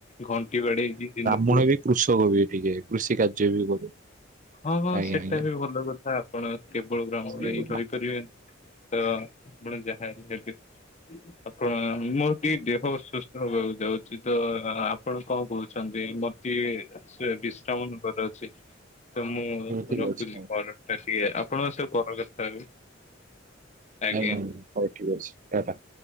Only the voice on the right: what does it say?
ମୁଣ ବି କୃଷକ ବି ଟିକେ କୃଷି କାର୍ଯ୍ୟ ବି କରୁ
ଆଜ୍ଞା
ଆଜ୍ଞା।
ଆଜ୍ଞା
ଠିକ
ଅଛି
ହ ହଉ ଠିକ ଅଛି କାଟ।